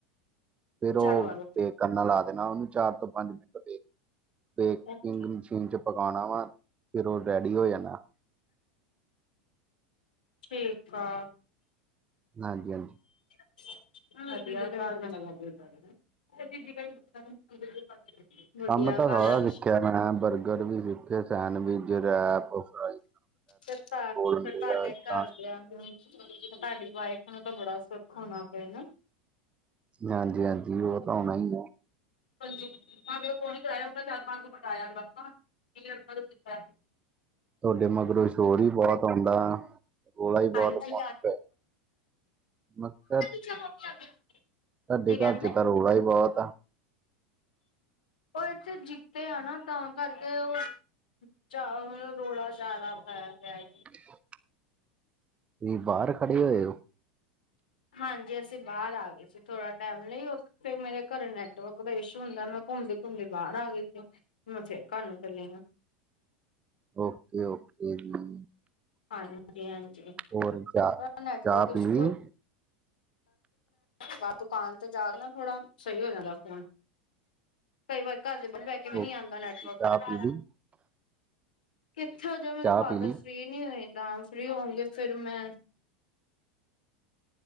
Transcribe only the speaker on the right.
ਫੇਰ ਓ,
ਬੇਕ ਕਰਨਾ ਲਾ ਦੇਨਾ ਓਨੂੰ ਚਾਰ ਤੋਂ ਪੰਜ ਮਿੰਟ ਤੇ। ਬੇਕਿੰਗ
ਮਸ਼ੀਨ ਚ ਪਕਾਣਾ ਵਾ, ਫੇਰ ਓ ਰੈੜੀ ਹੋ ਜਾਣਾ।
ਹਾਂਜੀ-ਹਾਂਜੀ।
ਕੰਮ ਤਾਂ
ਸਾਰਾ
ਸਿੱਖੇਆ ਮੈਂ, ਬਰਗਰ ਵੀ ਸਿੱਖੇ ਸੈਂਡਵਿਚ, ਰੈਪ, ਫਰਾਈ
ਬੋਲਣ
ਦੇ
ਆ ਤਾਂ
ਹਾਂਜੀ-ਹਾਂਜੀ, ਓ ਤਾਂ ਹੋਣਾ ਈ ਆ।
ਤੁਆਡੇ ਮਗਰੋਂ ਸ਼ੋਰ ਵੀ ਬੋਤ ਆਊਂਦਾ, ਰੋਲਾ਼ ਵੀ ਬੋਤ
ਪਾਉਂਦੇ ਪਏ। <unintelligible>
ਤੁਆਡੇ
ਘਰ ਚ ਤਾਂ ਰੌਲਾ ਈ ਬੋਤ ਆ।
<inaudible> ਤੁਸੀਂ ਬਾਰ ਖੜੇ ਹੋਏ ਓ?
ਓਕੇ-ਓਕੇ ਜੀ।
ਹੋਰ ਚਾਹ
ਚਾਹ ਪੀ
ਲਈ
ਓਕੇ
ਚਾਹ ਪੀ ਲਈ
ਚਾਹ
ਪੀ ਲਈ